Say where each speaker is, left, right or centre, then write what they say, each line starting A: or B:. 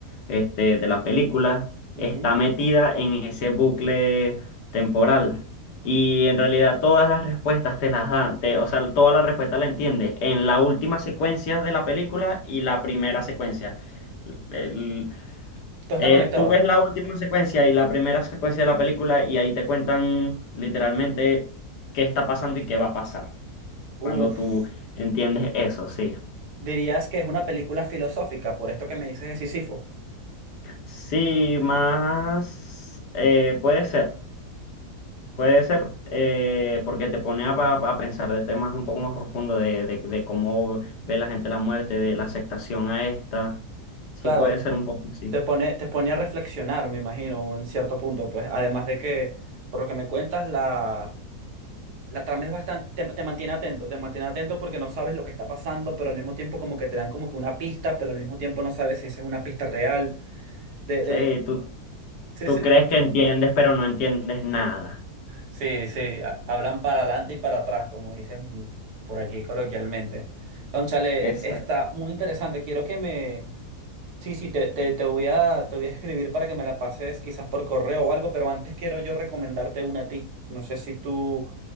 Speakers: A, on the left; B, on the right.
A: este, de la película,
B: Ujú.
A: está metida en ese bucle temporal. Y en realidad todas las respuestas te las dan, te- o sea, todas las respuestas la entiendes en la última secuencia de la película y la primera secuencia. El-
B: Todo está
A: eh,
B: conectado.
A: tú ves la última secuencia y la primera secuencia de la película y ahí te cuentan literalmente qué está pasando y qué va a pasar. Cuando
B: Uf.
A: tú entiendes eso, sí.
B: Dirías que es una película filosófica, por esto que me dices de Sísifo.
A: Sí, más eh, puede ser, puede ser eh, porque te pone a, a pensar de temas un poco más profundos de, de- de cómo ve la gente la muerte, de la aceptación a esta. Sí,
B: Claro,
A: puede ser un poco así.
B: Te pone, te pone a reflexionar, me imagino, en cierto punto, pues. Además de que, por lo que me cuentas, la, la trama es bastante, te, te mantiene atento, te mantiene atento porque no sabes lo que está pasando, pero al mismo tiempo como que te dan como que una pista, pero al mismo tiempo no sabes si esa es una pista real. De,
A: Sí,
B: de,
A: tú,
B: sí,
A: tú
B: sí.
A: crees que entiendes, pero no entiendes nada.
B: Sí, sí, ha- hablan para adelante y para atrás, como dicen por aquí coloquialmente. Cónchale,
A: Exacto.
B: está muy interesante. Quiero que me Sí, sí, te, te, te voy a, te voy a escribir para que me la pases quizás por correo o algo, pero antes quiero yo recomendarte una a ti. No sé si tú